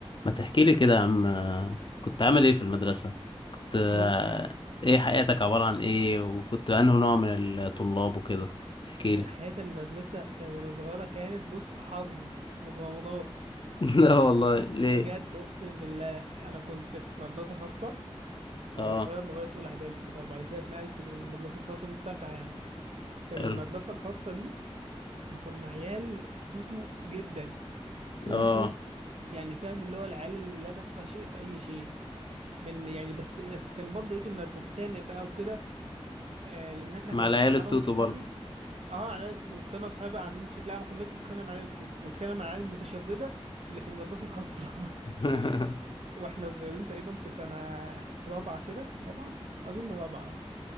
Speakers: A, on the left; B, on the right.
A: ما تحكي لي كده يا عم آه، كنت عامل ايه في المدرسة كنت آه،
B: بص
A: ايه حياتك عبارة عن ايه وكنت انه نوع من الطلاب وكده احكي لي
B: انا حياة المدرسة كان وانا صغيرة كانت بص حرب مغامرات
A: <laughs> لا والله ليه
B: بجد اقسم بالله انا كنت في مدرسة خاصة وانا
A: اه
B: صغير لغاية اولى اعدادي كده وبعد كده اتنقلت من المدرسة الخاصة دي طلعت عام في
A: حلو
B: المدرسة الخاصة دي احنا كنا عيال توتو جدا توتو
A: اه
B: يعني فاهم اللي هو العيال اللي لا تفقه شيء في اي شيء من يعني بس بس كان برضه ايه كنا بنتخانق بقى وكده آه لان احنا
A: مع
B: كنت
A: العيال
B: انا
A: التوتو
B: واصحابي
A: برضه
B: اه على العيال التوت كنت انا واصحابي بقى عاملين ش... لا ما كناش بنتخانق مع العيال التوت كنا بنتخانق مع العيال المتشردة اللي في المدرسة الخاصة <laughs>
A: <laughs>
B: واحنا صغيرين تقريبا في سنة رابعة كده رابعة اظن رابعة